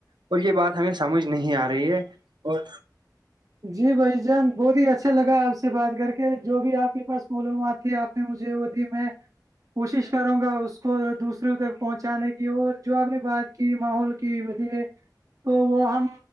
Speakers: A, on the right; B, on the right.
A: اور یہ بات ہمیں سمجھ نہیں آ رہی ہے اور
B: جی بھ جان بہت ہی اچھا لگا آپ سے سے بات کر کے جو بھی آپ کے پاس معلومات تھی آپ نے مجھے وہ دی میں کوشش کروں گا اس کو دوسروں تک پہنچانے کی اور جو آپ نے بات کی ماحول کی و ہے تو وہ ہم